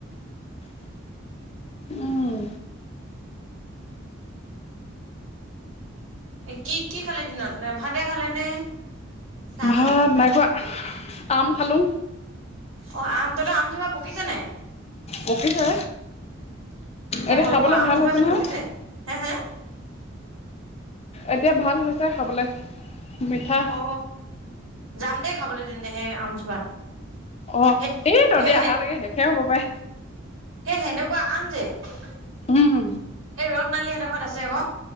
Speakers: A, on the left (about 30°); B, on the right (about 85°).
A: উম।
B: কি কি খালে দিনত ভালে খালে নে? চাহ
A: ভাত
B: খালি?
A: মাইখোৱা আম খালোঁ।
B: অ আম তত আম জোপা পকীছে নাই
A: পকিছে
B: সেই
A: এতিয়া
B: সৰু
A: খাবলৈ
B: সৰু আমজোপা
A: ভাল হৈছে
B: যে
A: নয়।
B: পকিছে হে হে
A: এতিয়া ভাল হৈছে খাবলৈ মিঠা।
B: অ যাম দেই খাবলৈ তেন্তে সেই আমজোপা।
A: অ
B: সেই
A: এই তহঁতি
B: সেই সেই
A: অহা লেকে শেষে হ'ব পাৰে।
B: সেই সেনেকুৱা আম যে এই
A: উম
B: ৰদনালী হেতৰঘৰত আছে ক। <unintelligible>